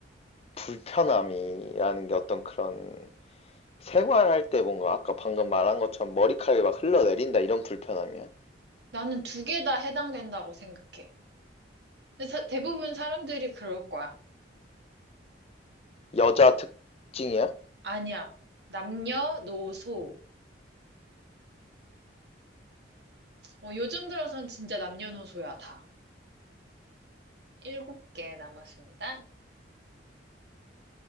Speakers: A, on the left; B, on the right.
A: 불편함이라는 게 어떤 그런 생활할 때 뭔가 아까 방금 말한 것처럼 머리카락이 막 흘러내린다 이런 불편함이야?
B: 나는 두 개 다 해당된다고 생각해. 근데 사- 대부분 사람들이 그럴 거야.
A: 여자 특징이야?
B: 아니야. 남녀노소. 어, 요즘 들어선 진짜 남녀노소야, 다. 일곱 개 남았습니다.